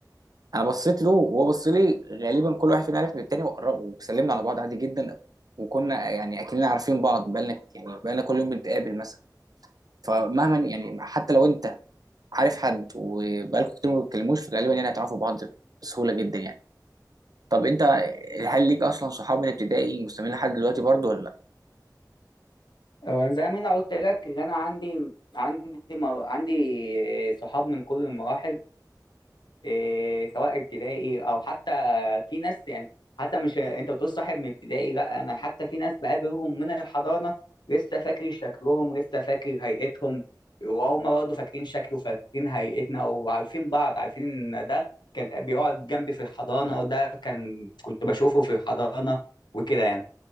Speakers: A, on the right (about 60°); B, on the left (about 85°).
A: انا بصيت له وهو بص لي غالبا كل واحد فينا عرف من التاني وقرب وسلمنا على بعض عادي جدا وكنا يعني اكننا عارفين بعض بقالنا يعني بقالنا كل يوم بنتقابل مثلا فمهما يعني حتى لو انت عارف حد وبقالكم كتير ما بتتكلموش فغالبا يعني هتعرفوا بعض بسهوله جدا يعني طب انت هل ليك اصلا صحاب من ابتدائي مستمرين لحد دلوقتي برضو ولا لا
B: آه، زي ما انا قلت لك إن انا عندي عندي مر... عندي آه، صحاب من كل المراحل إيه سواء ابتدائي او حتى في ناس يعني حتى مش انت بتقول صاحب من ابتدائي لا انا حتى في ناس بقابلهم من الحضانه لسه فاكر شكلهم لسه فاكر هيئتهم وهم برضه فاكرين شكله فاكرين هيئتنا وعارفين بعض عارفين ان ده كان بيقعد جنبي في الحضانه وده كان كنت بشوفه في الحضانه وكده يعني